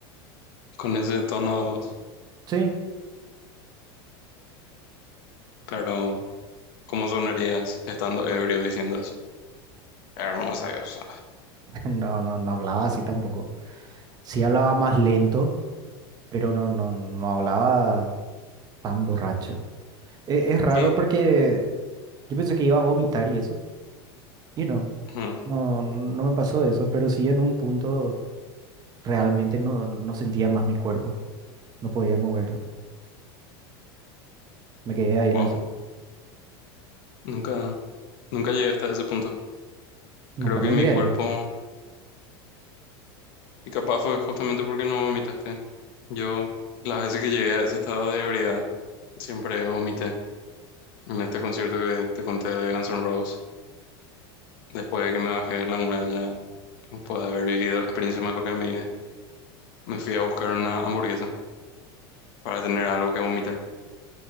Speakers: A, on the left; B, on the right.
A: con ese tono de voz,
B: Sí,
A: pero ¿cómo sonarías estando ebrio diciendo eso? Hermosa eso.
B: <laughs> no, no, no hablaba así tampoco. Sí hablaba más lento, pero no, no, no hablaba tan borracho. E- es raro
A: ¿Qué?
B: porque yo pensé que iba a vomitar y eso, y no,
A: Ujú,
B: no, no me pasó eso, pero sí en un punto realmente no, no sentía más mi cuerpo, no podía moverlo. Me quedé ahí en
A: Wow,
B: el suelo.
A: nunca, nunca llegué hasta ese punto.
B: Nunca
A: Creo
B: me
A: que mi
B: embriagué.
A: cuerpo, y capaz fue justamente porque no vomitaste. Yo, las veces que llegué a ese estado de ebriedad, siempre vomité. En este concierto que te conté de Guns N' Roses, después de que me bajé de la muralla, después de haber vivido la experiencia más loca de mi vida, me fui a buscar una hamburguesa para tener algo que vomitar.